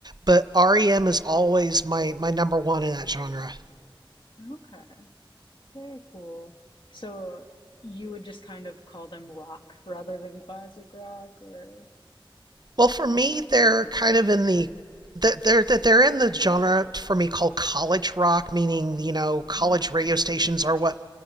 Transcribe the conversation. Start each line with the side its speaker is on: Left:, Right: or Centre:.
Right: but REM is always my my number one in that genre.
Left: Okay. Very cool. So you would just kind of call them rock rather than classic rock or
Right: Well, for me, they're kind of in the they're they're they're in the genre for me called college rock, meaning, you know, college
Left: Mm,
Right: radio stations are what